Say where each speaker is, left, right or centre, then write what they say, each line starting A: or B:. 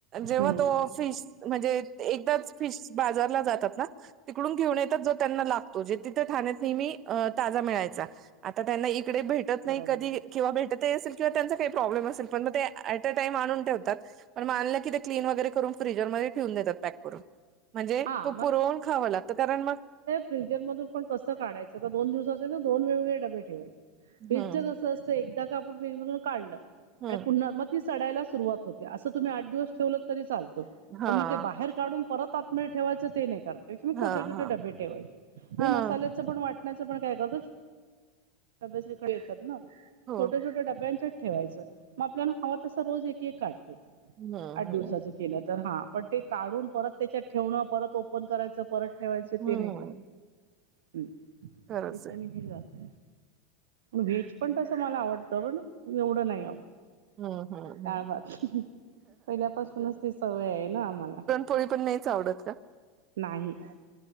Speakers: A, on the right; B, on the right.
A: जेव्हा
B: हम्म
A: तो फिश म्हणजे एकदाच फिश बाजारला जातात ना. तिकडून घेऊन येतात जो त्यांना लागतो जे तिथ ठाण्यात नेहमी ताजा मिळायचा. आता त्यांना इकडे भेटत नाही
B: बरोबर
A: कधी किंवा भेटत ते असेल किंवा त्यांचा काही प्रॉब्लेम असेल पण मग ते अटे टाईम आणून ठेवतात ते पण आणलं की ते क्लीन वगैरे करून फ्रीजरमध्ये ठेवून देतात पॅक करून. म्हणजे
B: हा
A: तो पुरवून खावं लागत कारण मग
B: फ्रिजर मधु कसं काढायचं दोन दिवसांचे ना दोन वेग वेगळे डबे ठेवायचे
A: हं,
B: फ्रीजं कसं असतं ते एकदा का आपण फ्रिज मधून काढ आणि
A: हं.
B: पुन्हा मग ते ती सडायला सुरवात होते असं तुम्ही आठ दिवस ठेव तरी चालत
A: हां,
B: पण मग बाहेर काढून परत आत आतमध्ये ठेवायचं ते नाही करायच एकदम
A: हां,
B: छोटे, छोटे
A: हां.
B: डबे ठेवायचे
A: हां.
B: मी मसाल्या पण वाटण्याचं पण काय करत <inaudible> डबेच इकडे येतात ना.
A: हो.
B: छोट्या, छोट्या डब्यांच्यात ठेवायचं मग आपल्याला हवा तसं रोज एक, एक काढते.
A: हं,
B: आठ दिवसाच
A: हं.
B: केलं तर हा पण ते काढून परत त्याच्यात ठेवण परत ओपन करायचं परत ठेवायचं
A: हं.
B: ते नाही कराच, हम्म
A: खरंच
B: त्याच्यानी
A: आहे.
B: हे जात. व्हेज पण तसं मला आवडतं पण एवढं नाही आवडतं.
A: हं, हं, हं.
B: डाळ, भात पहिल्यापासूनच ती सवय आहे ना आम्हाला.
A: पोळी पण नाहीचं आवडत का?
B: नाही